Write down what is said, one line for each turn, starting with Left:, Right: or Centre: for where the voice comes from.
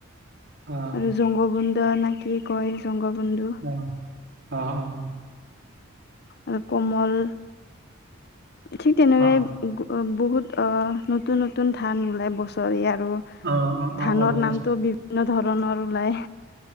Right: অ'
Left: আৰু জংগ বন্দ নে কি কয় জংগ বন্ধু।
Right: অ' অ' হ
Left: আৰু কোমল ঠিক তেনেকুৱাই
Right: অ
Left: ত' বহুত নতুন নতুন ধান ওলাই বছৰি আৰু
Right: অ অ অ
Left: ধানৰ
Right: ওলাই
Left: নামটো বিভিন্ন ধৰণৰ ওলাই।